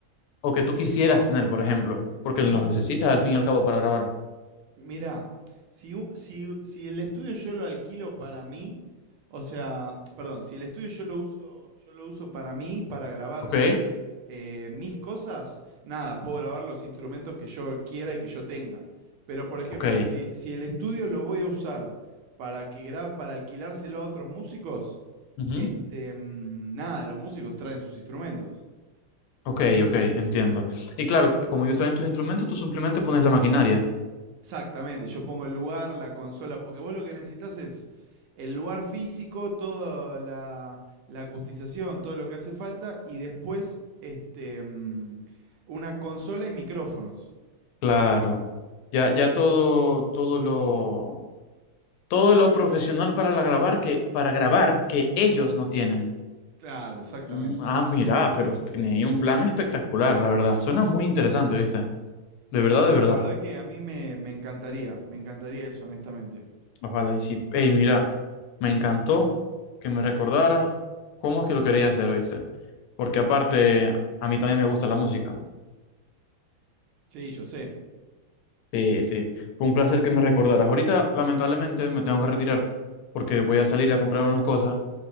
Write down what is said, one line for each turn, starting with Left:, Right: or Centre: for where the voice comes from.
Left: o que tú quisieras tener, por ejemplo, porque
Right: Y
Left: los necesitas al fin y al cabo para grabar.
Right: mirá, si, u- si, u- si el estudio yo lo alquilo para mí, o sea, perdón, si el estudio yo lo uso, yo lo uso para mí, para grabar
Left: Ok,
Right: eh, mis cosas, nada, puedo grabar los instrumentos que yo quiera y que yo tenga. Pero, por ejemplo,
Left: ok,
Right: si, si el estudio lo voy a usar para, que gra- para alquilárselo a otros músicos,
Left: ujú,
Right: este, mm, nada, los músicos traen sus instrumentos.
Left: Ok, ok, entiendo. Y claro, como ellos saben tus instrumentos, tú simplemente pones la maquinaria.
Right: Exactamente, yo pongo el lugar, la consola, porque vos lo que necesitas es el lugar físico, toda la, la acustización, todo lo que hace falta, y después este, mm, una consola y micrófonos.
Left: Claro. Ya, ya todo, todo lo, todo lo profesional para la grabar que, para grabar que ellos no tienen.
Right: Claro, exactamente.
Left: Mm, Ah, mira, pero tiene un plan espectacular, la verdad. Suena muy interesante, ¿viste? De verdad,
Right: Y
Left: de verdad.
Right: la verdad que a mí me, me encantaría, me encantaría eso, honestamente.
Left: Ojalá y sí. Ey, mira, me encantó que me recordaras cómo es que lo quería hacer, ¿oíste? Porque aparte, a mí también me gusta la música.
Right: Sí, yo sé.
Left: Sí, sí. Fue un placer que me recordaras. Ahorita, lamentablemente, me tengo que retirar porque voy a salir a comprar unas cosas.